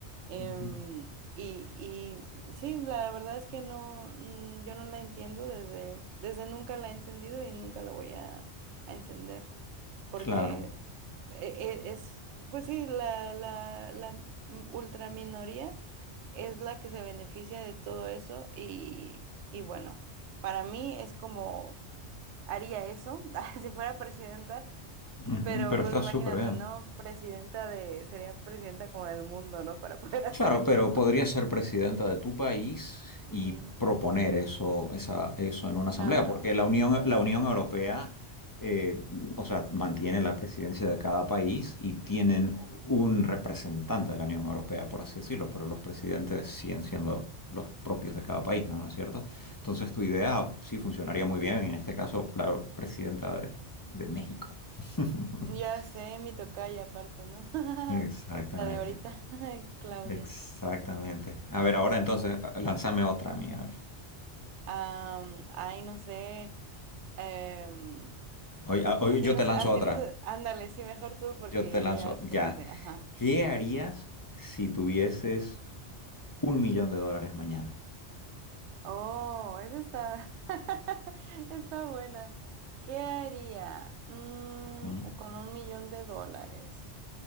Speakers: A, on the right (about 80°); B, on the left (about 25°).
A: Em,
B: ujú,
A: y, y sí, la verdad es que no, mm, yo no la entiendo desde, desde nunca la he entendido y nunca la voy a, a entender, porque
B: claro,
A: e- e- es, pues sí, la, la, la ultraminoría es la que se beneficia de todo eso y, y bueno. Para mí es como haría eso <laughs> si fuera presidenta,
B: ujú,
A: pero
B: pero
A: pues
B: está
A: imagínate,
B: súper bien.
A: ¿no? Presidenta de, sería presidenta como del mundo, ¿no? Para poder <laughs> hacer
B: Claro,
A: eso.
B: pero podría ser presidenta de tu país y
A: Ujú.
B: proponer eso, esa- eso en una asamblea,
A: La,
B: porque la
A: eh,
B: Unión, la Unión Europea, eh, o sea, mantiene la presidencia de cada país y tienen un representante de la Unión Europea, por así decirlo, pero los presidentes siguen siendo los propios de cada país, ¿no? ¿No es cierto? Entonces tu idea sí funcionaría muy bien, y en este caso la presidenta de, de México. <laughs>
A: ya sé, mi tocaya aparte, ¿no? <laughs>
B: Exactamente.
A: La de ahorita, <laughs> Claudia.
B: Exactamente. A ver, ahora
A: Pues
B: entonces,
A: sí.
B: lánzame otra mía. a ver.
A: Am, ay, no sé. em,
B: Hoy, a- hoy
A: a
B: yo
A: ti no
B: te
A: sé,
B: lanzo
A: a
B: otra.
A: ti no sé. Ándale, sí, mejor tú porque
B: Yo te
A: yo
B: lanzo,
A: ya te
B: ya.
A: pregunté. Ajá.
B: ¿Qué harías si tuvieses un millón de dólares mañana?
A: Oh, esa está, <laughs> está buena. ¿Qué haría? Mm,
B: Ujú.
A: con un millón de dólares.